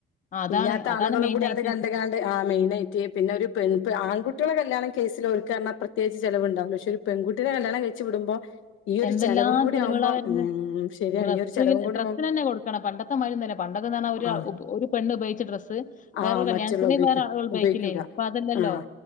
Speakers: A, on the left; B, on the left.
A: അതാണ്
B: ഇല്ലാത്ത
A: അതാണ്
B: ആളുകളും
A: മെയിൻ
B: കൂടി
A: ആയിട്ട്
B: അത് കണ്ട് കാണ്ട് ആ മെയിനായിട്ട് പിന്നെ ഒരു ആൺകുട്ട കുട്ടള കല്യാണം കേസിൽ ഓൽക്ക് പറഞ്ഞ പ്രത്യേകിച്ച് ചിലവുണ്ടാവില്ല പക്ഷെ ഒരു പെൺകുട്ടിയെ കല്യാണം കയിച് വിടുമ്പോ ഈ ഒരു
A: എന്തെല്ലാ
B: ചെലവും കൂടി
A: ചെിലവളാ
B: ആവുമ്പോ
A: വരന്ന്
B: ഉം ശരിയാണ്
A: ഡ്രസ്സിന്
B: ഈ ഒരു ചെലവും കൂടി ആവുമ്പം
A: തന്നെ കൊടുക്കണ പണ്ടത്തെ മാതിരി അല്ല പണ്ടൊക്കെ പറഞ്ഞാ
B: ആഹ്
A: ഒരു പെണ്ണ് ഉപയോഗിച്ച ഡ്രസ്സ് വേറൊ
B: ആഹ്
A: കല്യാണത്തിന്
B: മറ്റുള്ള ഉപയോഗിക്കും
A: വേറെ ആളുകൾ ഉയോഗിക്കില്ലേ
B: ഉപയോഗിക്കൂല
A: ഇപ്പൊ അതല്ലല്ലോ
B: ആഹ്